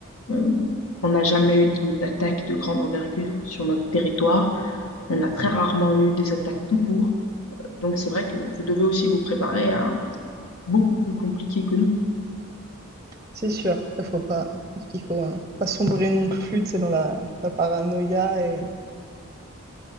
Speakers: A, on the left (about 80°); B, on the right (about 15°).
A: Euh, on n'a jamais eu de- d'attaque de grande envergure sur notre territoire. On a très rarement eu des attaques tout court. Euh, Donc c'est vrai que vous devez aussi vous préparer à beaucoup plus compliqué que nous.
B: c'est sûr. Après, faut pas, je pense qu'il faut euh, pas sombrer non plus, tu sais, dans la, la paranoïa et